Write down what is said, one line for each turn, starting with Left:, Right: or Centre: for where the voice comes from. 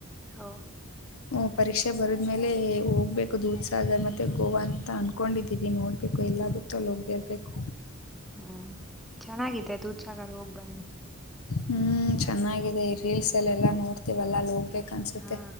Centre: ಹೌ
Left: ಹ ಪರೀಕ್ಷೆ ಬರದ್ಮೇಲೆ ಹೋಗ್ಬೇಕು ದೂಧಸಾಗರ್ ಮತ್ತುತ್ತ ಗೋವಾ ಅಂತ ಅನ್ಕೊಂಡಿದೀವಿ ನೋಡಬೇಕು ಎಲ್ಲಾಗುತ್ತೋ ಅಲ್ಲಿ ಹೋಗಿಬೇರಬೇಕು
Centre: ಹ್ಮ ಚೆನ್ನಿದ್ದ ದೂದಸಾಗರ್ ಹೋಗ್ ಬನ್ನಿ
Left: ಹ್ಮ್ ಚೆನ್ನಾಗಿದೆ ರೀಲ್ಸ್ ಎಲ್ಲ ಎಲ್ಲಾ ನೋಡ್ತಿವಲ್ಲಾಲ್ಲಿ ಹೋಗ್ಬೇಕ ಅನ್ಸುತ್ತೆ
Centre: ಹಾ